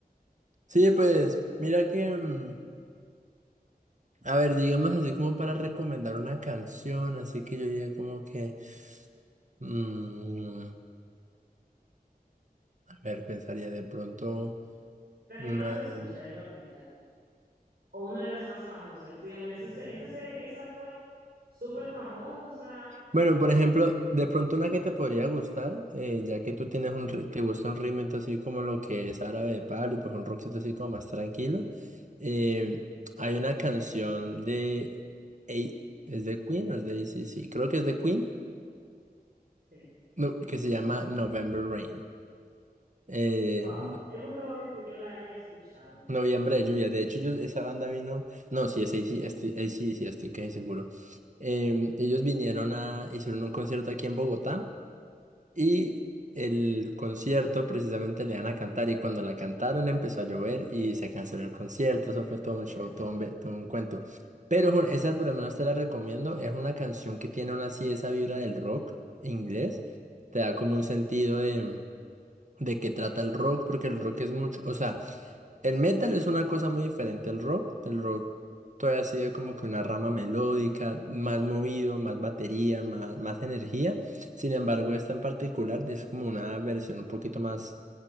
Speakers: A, on the right; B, on the right.
A: Sí, pues mira que, mm, a ver, digamos así como para recomendar una canción, así que yo diría como que... Mm, a ver, pensaría de pronto
B: la que
A: una...
B: más tú escuchas
A: eh,
B: es rock metal, o una de las más famosas, que tú digas, mira, esa, esa, esa fue súper famosa
A: Bueno,
B: y
A: por ejemplo, de pronto una que te podría gustar, eh, ya que tú tienes un... ri- Te gusta un ritmo así como lo que es Árabe de Palo y pues un rockcito así como más tranquilo. eh, hay una canción de... A- ¿Es de Queen o es de C C Creo que es de Queen,
B: sí.
A: no, que se llama November Rain. Eh,
B: Wow, es muy probable que yo la haya escuchado.
A: Noviembre de lluvia. De hecho, ellos, esa banda vino. No, sí, es A C. AC/DC, estoy, ac C. D C, estoy casi seguro. Em, ellos vinieron a. Hicieron un concierto aquí en Bogotá y el concierto precisamente le iban a cantar. Y cuando la cantaron empezó a llover y se canceló el concierto. Eso fue todo
B: Se
A: un show,
B: cansa.
A: todo un, ve- todo un cuento. Pero Jun, esa por lo menos te la recomiendo. Es una canción que tiene aún así esa vibra del rock inglés. Te da como un sentido de, de qué trata el rock, porque el rock es mucho. O sea. El metal es una cosa muy diferente al rock. El rock todavía sigue como que una rama melódica, más movido, más batería, más, más energía. Sin embargo, esta en particular es como una versión un poquito más